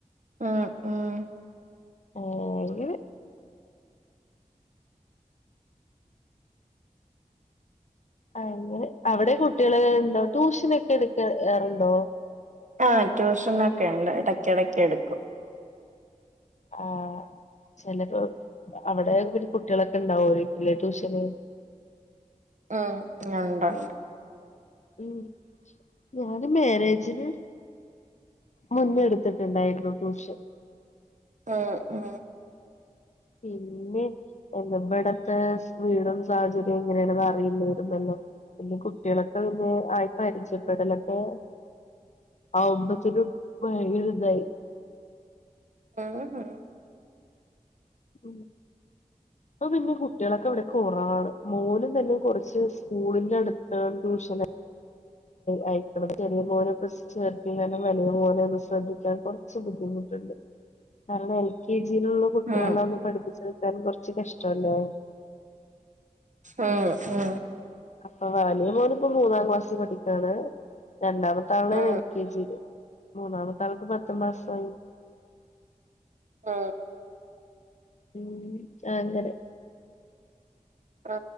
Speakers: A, on the right; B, on the left.
A: ആഹ ആഹ
B: ആഓ അങ്ങനെ അങ്ങനെ അവിടെ കുട്ടികള് എന്തോ ട്യൂഷനൊക്കെ എടുക്കറുണ്ടോ?
A: ആഹ ട്യൂഷൻ ഒക്കെ ഉണ്ട് ഇടക്കെടക്കെടുക്കും.
B: ആ ചിലപ്പോ അവിടെ കുട്ടികളൊക്കെ ഇണ്ടാവോകുലെ ട്യൂഷന്.
A: അ ഉണ്ട് ഉണ്ട്
B: ഉം ഞാന് മാരേജിന് മുന്നെടുത്തിട്ടുണ്ടായിരുന്നു ടൂഷൻ.
A: ആ ആ
B: പിന്നെ ഇവിടത്തെ വീടും സാഹചര്യം എങ്ങനെയാണെന്നറിയില്ലരുന്നല്ലോ? പിന്നെ കുട്ടികളൊക്കെ പിന്നെ ആയി പരിചയപ്പെടലൊക്കെ. ആവുമ്പത്തിനും ഭയങ്കര ഇതായി.
A: ആഹ ആഹ
B: ഉം അപ്പ പിന്നെ കുട്ടികളൊക്കെ ഇവിടെ കുറവാണ് മോനും തന്നെ കൊറച്ച് സ്കൂളിന്റെ അടുത്ത് ടൂഷന്. അയക്കണം ചെറിയ മോനെ ഇപ്പൊ ചേർത്തിയ കാരണം വലിയ മോനെ ഒന്ന് ശ്രദ്ധിക്കാൻ കുറച്ച് ബുദ്ധിമുട്ട്. കാരണം എൽ കെ ജി ചിയിലുള്ള കുട്ടികളെ
A: ഉം
B: ഒന്ന് പഠിപ്പിച്ചെടുക്കാൻ കൊറച്ച് കഷ്ടല്ലേ?
A: ആ ആ
B: ഇപ്പൊ വലിയ മോളിപ്പോ മൂന്നാം ക്ലാസ്സിൽ പഠിക്കാണ് രണ്ടാമത്തെ ആളേണ്
A: ഉം
B: എൽ കെ ജിയില്. മൂന്നാമത്താൾക്ക് പത്ത്മാസായി.
A: ആ
B: ഉം ആങ്ങനെ
A: ആ